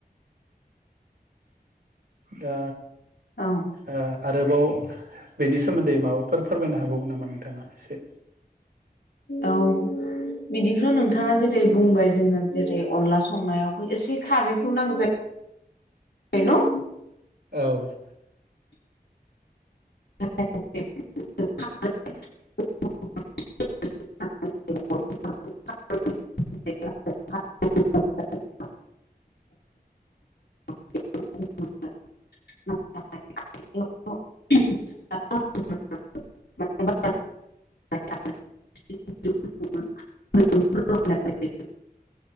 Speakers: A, on the right; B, on the left.
A: दा
B: औ
A: ओ आरोबाव बेनि सोमोन्दै माबाफोर फोरमायनो हाबावगोन नामा नोंथाङा एसे
B: औ बिदिखौथ' नोंथाङा जेरै बुंबाय जोंनो जेरै अनला संनायावबो एसे खारैखौ नांगौ जायो
A: औ
B: <unintelligible>
A: <inaudible>
B: <unintelligible> <unintelligible> <unintelligible> <unintelligible> <unintelligible> <unintelligible>